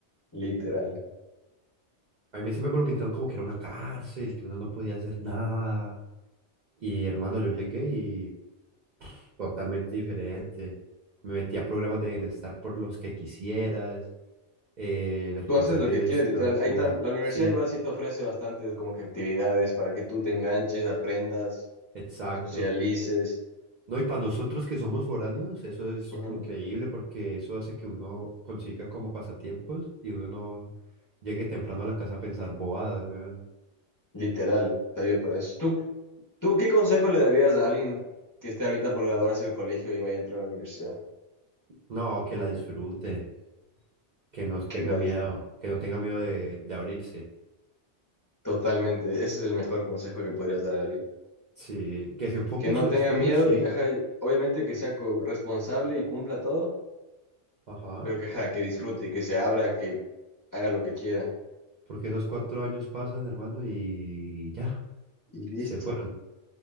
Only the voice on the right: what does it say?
A mí siempre me lo pintaron como que era una cárcel, que uno no podía hacer nada. Y hermano, yo llegué y totalmente diferente. Me metía a programas de bienestar por los que quisieras. eh, los
profesores,
una
locura.
Sí,
exacto.
No, y para nosotros que somos foráneos, eso es
increíble porque eso hace que uno consiga como pasatiempos y uno no llegue temprano a la casa a pensar bobadas, weón.
No, que la disfrute, que no tenga
miedo, que no tenga miedo de, de abrirse.
Sí, que se enfoque
en sus
estudios,
sí.
Ajá.
Porque esos cuatro años pasan, hermano, y ya,
se fueron.